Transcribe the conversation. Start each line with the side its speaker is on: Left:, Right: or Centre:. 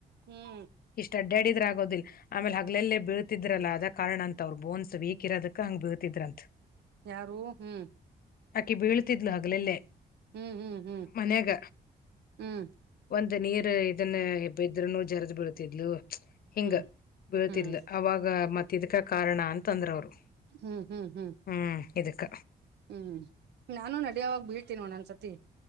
Right: ಹ್ಮ್
Left: ಇಷ್ಟ್ ಅಡ್ಡ್ಯಾಡಿದ್ರ ಆಗೋದಿಲ್ಲ. ಆಮೇಲೆ ಹಗ್ಲೆಲ್ಲೇ ಬೀಳ್ತಿದ್ರಲ್ಲ ಅದ ಕಾರಣ ಅಂತ ಅವ್ರರು ಬೋನ್ಸ್ ವೀಕ್ ಇರೋದಕ್ಕ ಹಂಗ್ ಬೀಳ್ತಿದ್ರಂತ.
Right: ಯಾರು ಹ್ಮ್.
Left: ಆಕೆ ಬೀಳ್ತಿದ್ಲು ಹಗ್ಲೆಲ್ಲೇ
Right: ಹ್ಮ್ ಹ್ಮ್ ಹ್ಮ್
Left: ಮನ್ಯಾಗ.
Right: ಹ್ಮ್
Left: ಒಂದ್ ನೀರು ಇದನ್ನ ಇದ್ರನು ಜರದ್ ಬಿಳತಿದ್ಲು. ಹಿಂಗ
Right: ಹ್ಮ್
Left: ಬೀಳ್ತಿದ್ಲ
Right: ಹ್ಮ್
Left: ಅವಾಗ ಮತ್ತ ಇದಕ ಕಾರಣ ಅಂತಂದ್ರ ಅವ್ರು.
Right: ಹ್ಮ್ ಹ್ಮ್ ಹ್ಮ್
Left: ಹ್ಮ್ ಇದುಕ್ಕ.
Right: ಹ್ಮ್ ನಾನು ನಡಿಯವಾಗ ಬಿಳ್ತೀನಿ ಒನ್ಒನ್ಸತಿ.